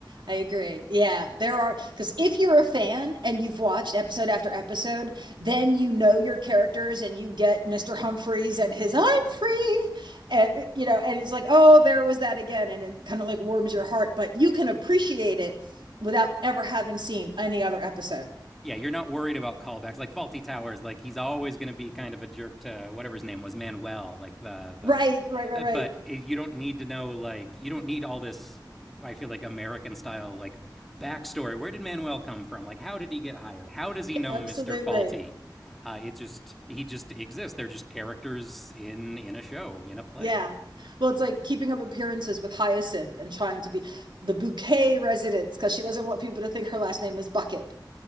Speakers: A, on the right; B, in the centre.
A: I agree. Yeah, there are because if you're a fan and you've watched episode after episode, then you know your characters and you get Mr. Humphreys and his "I'm free," and you know, and it's like, oh, there was that again, and it kind of like warms your heart. But you can appreciate it without ever having seen any other episode.
B: yeah, you're not worried about callbacks like Faulty Towers. Like he's always going to be kind of a jerk to whatever his name was, Manuel. Like the the,
A: Right, right, right,
B: uh,
A: right.
B: but you don't need to know like you don't need all this. I feel like American style like backstory. Where did Manuel come from? Like how did he get hired? How does he know
A: Absolutely.
B: Mister Faulty? Uh, it just he just exists. They're just characters in in a show in a play.
A: Yeah. Well, it's like keeping up appearances with Hyacinth and trying to be the bouquet residence because she doesn't want people to think her last name is Bucket.